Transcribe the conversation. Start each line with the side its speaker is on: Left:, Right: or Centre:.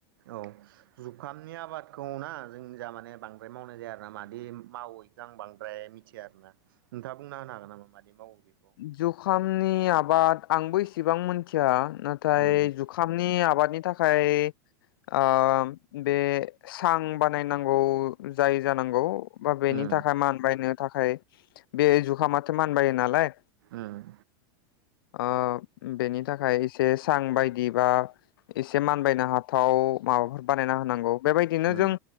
Right: औ जुखामनि आबादखौ ना जोंनि जा माने बांद्राय मावनाय जाया आरोना मादि मावो इखो आं बांद्राय मिथिया आरोना नोंथाङा बुंना होनो हागोन नामा मादि मावो बेखौ
Left: जुखामनि आबाद आंबो एस इसेबां मोनथिया नाथाय
Right: उम
Left: जुखामनि आबाद नि थाखाय ओ बे सां बानायनांगौ जायो जानांगौ बा बेनि
Right: उम
Left: थाखाय मानबायनो थाखाय बे जुखामाथो मानबायो नालाय
Right: ओम
Left: ओ बेनि थाखाय एसे सां बायदि बा एसे मानबायनो हाथाव माबाफोर बानायना होनांगौ बेबायदिनो
Right: उम
Left: जों